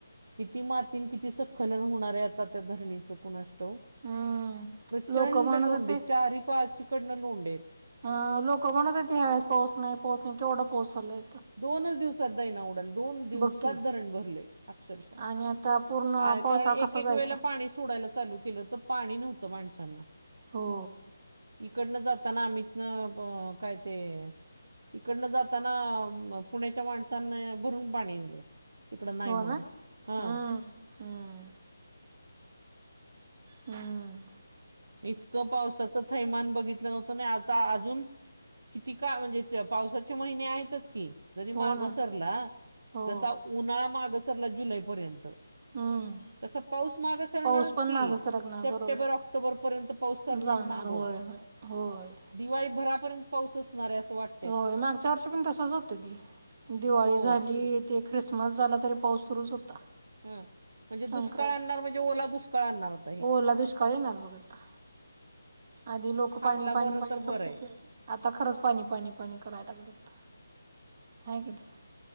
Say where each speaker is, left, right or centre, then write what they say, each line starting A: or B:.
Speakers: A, on the right (about 65°); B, on the right (about 35°).
A: किती मातीत किती सखलन होणार आहे आता त्या धरणीच कुणाष्टव
B: हम्म
A: प्रचंड
B: लोक म्हणत
A: लोंडे
B: होते
A: चार पाची कडनं लोंडेेत
B: अ लोक म्हणत होतीत ह्यावेस पाऊस नाही पाऊस नाही केवढं पाऊस आहे
A: दोनच दिवसात दैना उडाल दोन दिवसात
B: बघ की
A: धरण भरले अक्षरशः
B: आणि आता पूर्ण
A: अ
B: पावसाळा
A: कारण एक
B: कसा
A: एक
B: जायचा
A: वेळेला पाणी सोडायला चालू केलं होत पाणी नव्हतं माणसांना
B: हो
A: इकडनं जाताना आम्ही इतन काय ते इकडनं जाताना म पुण्याच्या माणसांना भरून पाणी दिलं तिकड नाही
B: हो
A: म्हणून
B: ना
A: ह
B: हम्म हम्म हमम
A: इतकं पावसाचं थैमान बघित नव्हतं ना आता अजून किती काय म्हणजे चं पावसाचे महिने आहेतच की जरी
B: हो
A: माग
B: ना
A: सरला
B: हो
A: जसा उन्हाळा माग सरला जुलैपर्यंत
B: हम्म
A: तस पाऊस माग सरणार
B: पाऊस
A: की
B: पण मागे सरकणार
A: सप्टेंबर
B: बरोबर
A: ऑक् तो पर्यंत पाऊस
B: आहे
A: सरणार
B: जाणार
A: माग
B: होय होय होय
A: दिवाळीभरापर्यंत पाऊस असणार आहे असं वाट
B: हो मागच्या वर्षी पण तसच होतं की दिवाळी
A: हो
B: झाली ते ख्रिसमस झाला तरी पाऊस सुरूच होता.
A: ह म्हणजे दुष्काळ
B: संक्रांत
A: आणणार म्हणजे ओला दुष्काळ आणणार आत
B: ओला दुष्काळ येणार बघ आता आधी लोक
A: थांबला
B: पाणी पाणी
A: बरं
B: पाणी
A: तर
B: करत
A: बरं आहे
B: होते. आता खरंच पाणी पाणी पाणी करायला लागलेत हाय की नाय.